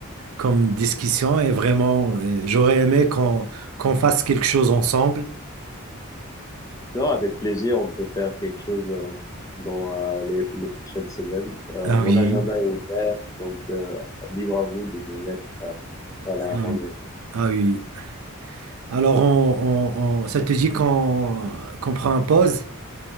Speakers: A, on the right; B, on the left.
A: comme discussion et vraiment, euh, j'aurais aimé qu'on qu'on fasse quelque chose ensemble.
B: Non, avec plaisir, on peut faire quelque chose euh, dans euh, les, les prochaines semaines. Euh,
A: Ah
B: mon
A: oui,
B: agenda est ouvert, donc euh, libre à vous de me mettre euh, voilà, un
A: ah
B: rendez-vous.
A: oui, ah oui. Alors, on, on- on- ça te dit qu'on qu'on prend une pause?